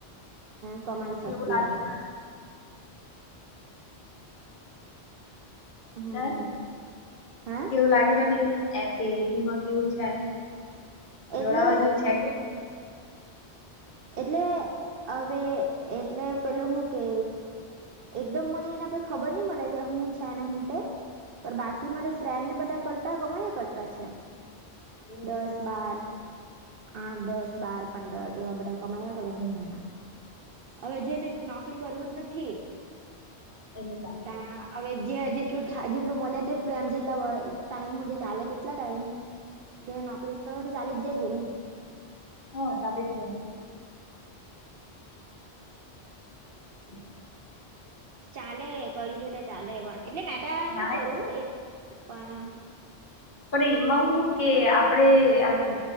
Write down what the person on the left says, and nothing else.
કેવું લાગી
હે
કેવું લાગે તો તને એ તેટીમાં કેવું છે એમ.
જોડાવા જેવું છે કે?
હમ
<unintelligible>
હા ચાલી જ <unintelligible>
ના
પણ એમાં હું કે આપડે આમ